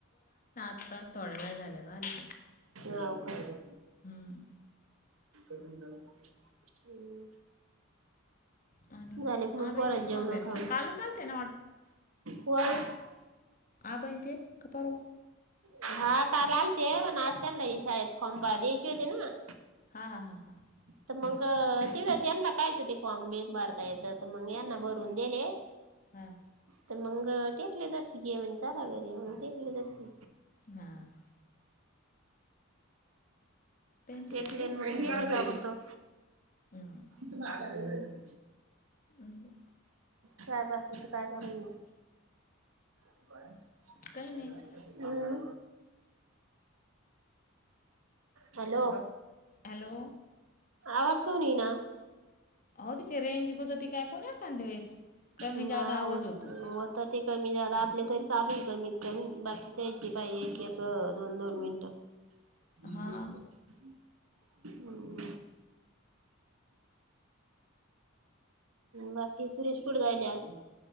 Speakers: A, on the left; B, on the right.
A: आ थोडे वेळ झाले ना आले ते.
B: हव का.
A: हम्म
B: हम्.
A: आणि
B: झाले मग
A: आबाईन
B: परत
A: ते तुम्हाला
B: जेवण
A: भेटला
B: खाऊ
A: कालच आलते ना
B: पर --
A: आ बई ते कपरवा
B: हा का आलते पण अस त्या शाळेत फॉमबा द्यायची होती ना.
A: हा, हा, हा, हा.
B: तर मग तिथे त्यांना कायच ते फॉम बि भरता येतं तर मग यांना भरवून दिले.
A: हम्म.
B: तर मग टेकले तशी ग म्हज चला घरी मग टेकले तशी.
A: हा. त्यांची
B: तेले
A: पेरलीच
B: मडतो
A: ना सोयाबीन
B: काय
A: बिबीन.
B: बोलतो.
A: हम्म.
B: तु आधा घ
A: हम्म.
B: काय बाकीचं काय कर म <unintelligible>
A: काही नाही.
B: <inaudible> हॅलो.
A: हॅलो.
B: आवाज कऊणी ईना?
A: अहो त्याची रेंज गुतती काय कोण एखांद्या वेळेस कमी
B: ना
A: जादा आवाज
B: होत.
A: होतो.
B: होतयं. ते कमी झाला. आपले तरी च चालूल कमीत कमी बाकीच्यायची पाहिजे एक एक दोन दोन मिनट. <unintelligible>
A: हा
B: हम. बाकी सुरेशपुर जायले आज